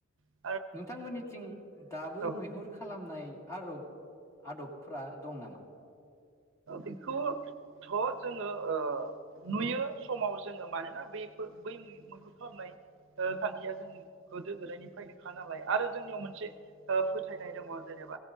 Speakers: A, on the right (about 65°); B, on the left (about 15°).
A: आरो
B: नोंथांमोननिथिं दाबो
A: औ
B: मैहुर खालामनाय आरब आदबफ्रा दं नामा
A: बेखौथ जोङो ओ नुयो समाव जोङो मानोना बे बै मैहुय खालामनाय ओ थांखिया जों गोदो गोदायनिफ्रायनोखा नालाय आरो जोंनियाव मोनसे ओ फोथायनाय दङ जेरैब